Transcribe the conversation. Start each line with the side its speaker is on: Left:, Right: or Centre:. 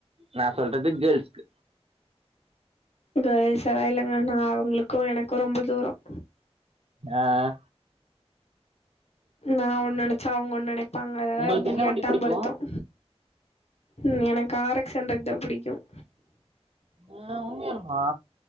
Right: நான் சொல்றது கேர்ல்ஸ்கு
Left: கேர்ல்ஸ் எல்லாம் இல்லங்க நா அவுங்களுக்கும் எனக்கும் ரொம்ப தூரம்
Right: அஹ
Left: நான் ஒன்னு நினைச்சா அவுங்க ஒன்னு <unintelligible> இருப்பாங்க அதெல்லாம்
Right: உங்களுக்கு என்ன வண்டி
Left: எட்டாம்
Right: பிடிக்கு
Left: பொருத்தம் உம் எனக்கு ஆர் எக்ஸ் ஹண்டர்ட் தான் புடிக்கும்
Right: மா அவுங்க யாரும்மா